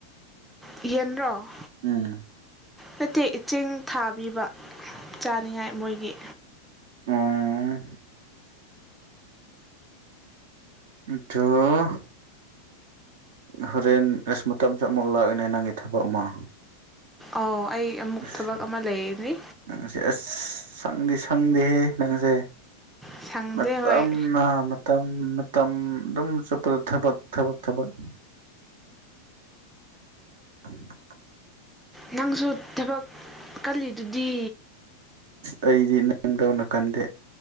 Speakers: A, in the centre; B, on the right (about 55°).
A: ꯌꯦꯟ꯭ꯔꯣ
B: ꯎꯝ
A: ꯅꯠꯇꯦ ꯆꯦꯡ ꯊꯥꯕꯤꯕ ꯆꯥꯅꯤꯉꯥꯏ ꯃꯣꯏꯒꯤ
B: ꯎꯝ ꯑꯆꯥꯣ ꯍꯣꯔꯦꯟ ꯔꯁꯃꯁꯨ ꯑꯃꯨꯛ ꯂꯥꯛꯏꯦꯅꯦ ꯅꯪꯒꯤ ꯊꯕꯛ ꯑꯃ
A: ꯑꯣ ꯑꯩ ꯑꯃꯨꯛ
B: ꯑꯁ
A: ꯊꯕꯛ ꯑꯃ ꯂꯩꯅꯤ
B: ꯅꯪꯁꯦ ꯑꯁ ꯁꯪꯗꯤ ꯁꯪꯗꯦ ꯅꯪꯁꯦ
A: ꯁꯪꯗꯦ
B: ꯃꯇꯝꯅ
A: ꯍꯣꯏ
B: ꯃꯇꯝ ꯃꯇꯝ ꯑꯗꯨꯝ ꯆꯠꯄꯗ ꯊꯕꯛ ꯊꯕꯛ ꯊꯕꯛ <inaudible>
A: ꯅꯪꯁꯨ ꯊꯕꯛ ꯀꯜꯂꯤꯗꯨꯗꯤ
B: ꯑ ꯑꯩꯗꯤ ꯅꯪꯗꯧꯅ ꯈꯟꯗꯦ